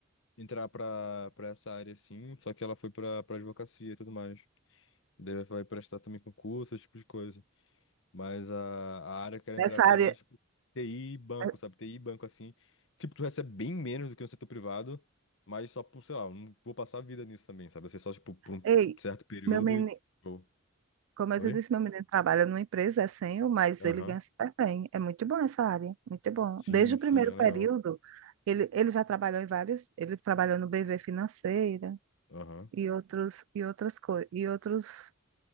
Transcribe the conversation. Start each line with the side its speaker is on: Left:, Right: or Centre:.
Left: entrar pra, pra essa área assim, só que ela foi pra, pra advocacia e tudo mais. Daí ela vai prestar também concurso, esse tipo de coisa. Mas a, a área que eu quero
Right: Nessa
Left: entrar assim
Right: área.
Left: é mais tipo, TI e banco,
Right: é,
Left: sabe? TI e banco assim. Tipo, tu recebe bem menos do que no setor privado, mas só por, sei lá, eu não vou passar a vida nisso também, sabe? Vai ser só, tipo, por um
Right: Ei,
Left: certo período
Right: meu menino.
Left: e. Oh,
Right: Como eu
Left: Oi?
Right: te disse, meu menino trabalha numa empresa, é sênior, mas
Left: Aham.
Right: ele ganha super bem. É muito bom essa área, muito bom.
Left: Sim,
Right: Desde o
Left: sim,
Right: primeiro
Left: é legal.
Right: período, ele, ele já trabalhou em vários, ele trabalhou no BV Financeira
Left: Aham.
Right: e outros e outras coisas, e outros,